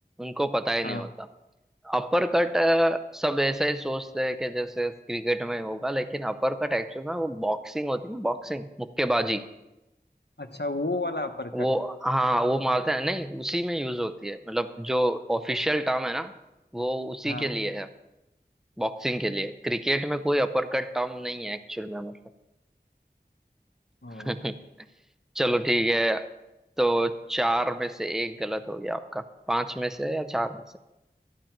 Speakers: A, in the centre; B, on the left.
A: उनको पता ही नहीं
B: हाँ
A: होता अपर कट सब ऐसा ही सोचते हैं कि जैसे क्रिकेट में होगा लेकिन अपर कट एक्चुअल में वो बॉक्सिंग होती है ना बॉक्सिंग मुक्केबाजी
B: अच्छा वो वाला अपर
A: वो
B: कट
A: हाँ वो मारते हैं नहीं उसी में यूज होती है मतलब जो ऑफिशियल टर्म है ना वो उसी
B: हाँ
A: के लिए है बॉक्सिंग के लिए क्रिकेट में कोई अपर कट टर्म नहीं है एक्चुअल में मतलब <laughs>
B: ओ,
A: चलो ठीक है तो चार में से एक गलत हो गया आपका पांच में से या चार में से